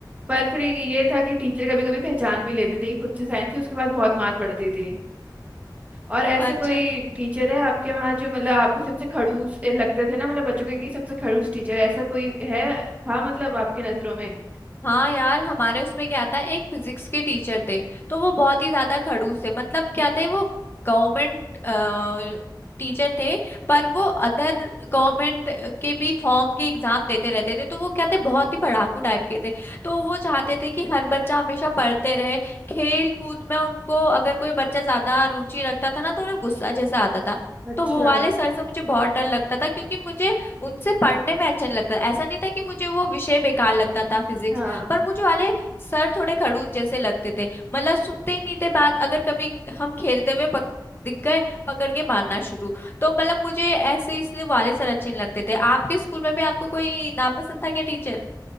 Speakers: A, on the right; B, on the left.
A: पर फिर ये था कि टीचर कभी कभी पहचान भी लेते थे कि खुद से साइन फिर उसके बाद बहुत मार पड़ती थी और ऐसे
B: अच्छा
A: कोई टीचर है आपके वहाँ जो मतलब आपको सबसे खड़ूस ए, लगते थे ना मतलब बच्चों के कि सबसे खड़ूस टीचर ऐसा कोई है था मतलब आपकी नजरों में
B: हाँ यार हमारे उसमें क्या था एक फिजिक्स के टीचर थे तो वो बहुत ही ज्यादा खड़ूस थे मतलब क्या थे वो गवर्नमेंट टीचर थे पर वो अदर गवर्नमेंट के भी फॉर्म के एग्जाम देते रहते थे तो वो क्या थे बहुत ही पढ़ाकू टाइप के थे तो वो चाहते थे कि हर बच्चा हमेशा पढ़ते रहे खेल कूद में उनको अगर कोई बच्चा ज्यादा रुचि रखता था ना तो उन्हें गुस्सा जैसा आता था
A: अच्छा
B: तो वो वाले सर से मुझे बहुत डर लगता था क्योंकि मुझे उनसे पढ़ने में अच्छा नहीं लगता ऐसा नहीं था कि मुझे वो विषय बेकार लगता था फिजिक्स
A: हाँ
B: पर मुझे वाले सर थोड़े खड़ूस जैसे लगते थे मतलब सुनते ही नहीं थे बात अगर कभी हम खेलते हुए पक, दिख गए पकड़ के मारना शुरू तो मतलब मुझे ऐसे इसलिए वाले सर अच्छे नहीं लगते थे आपके स्कूल में भी आपको कोई नापसंद था क्या टीचर